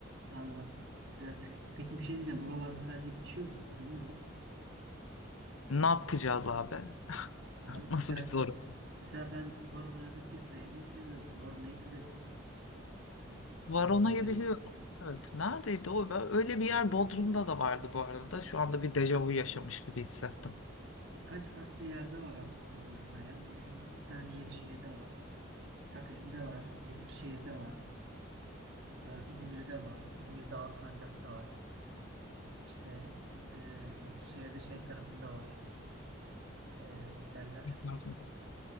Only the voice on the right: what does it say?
Anladım. Güzel. E Peki bir şey diyeceğim. Oralarda sadece içiyor musun? Yemiyor musun bir şeyler?
Abi
güzel.
Mesela ben Varuna'da pizza yemeyi seviyordum. Varuna'yı biliyorsundur.
Varuna gezgin.
Birkaç farklı yerde var aslında Varuna'ya. Varuna'nın bir tane yeri şeyde var. Taksim'de var. Eskişehir'de var. Ee, İzmir'de var. İzmir'de Alsancak'ta var. İşte e, Eskişehir'de şey tarafında var. E, ne derler?